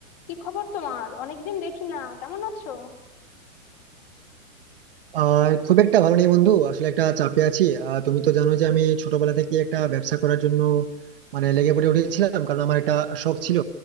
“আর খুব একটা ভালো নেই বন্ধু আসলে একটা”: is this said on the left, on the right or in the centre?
Right